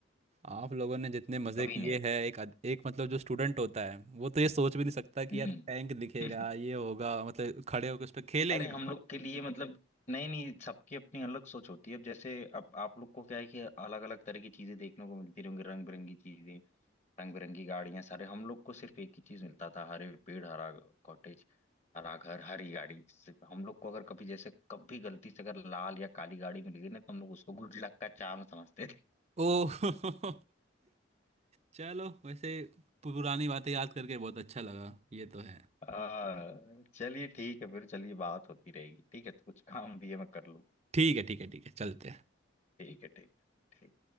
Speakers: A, on the right; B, on the left.
A: आप लोगों ने जितने मजे
B: कभी
A: किए
B: नहीं
A: हैं एक अद- एक मतलब जो स्टूडेंट होता है वो तो ये सोच भी नहीं सकता कि
B: हम्म।
A: यार टैंक दिखेगा
B: <laughs>
A: ये होगा मतलब खड़े होकर उस पर खेलेंगे
B: अरे हम लोग के लिए मतलब नहीं नहीं सबकी अपनी अलग सोच होती है अब जैसे अब आप लोग को क्या है कि अलग अलग तरह की चीजें देखने को मिलती रहेंगी रंग बिरंगी चीजें रंग बिरंगी गाड़ियां सारे हम लोग को सिर्फ एक ही चीज मिलता था हरे पेड़ हरा कॉटेज हरा घर हरी गाड़ी सिर्फ हम लोग को अगर कभी जैसे कभी गलती से अगर लाल या काली गाड़ी मिल गई ना तो हम लोग उसको गुड लक का चार्म समझते थे
A: ओ <laughs> चलो वैसे पुरानी बातें याद करके बहुत अच्छा लगा ये तो है
B: आ, चलिए ठीक है फिर चलिए बात होती रहेगी ठीक है तो कुछ काम भी है मैं कर लूँ
A: ठीक है ठीक है ठीक है चलते हैं
B: ठीक है ठीक है ठीक।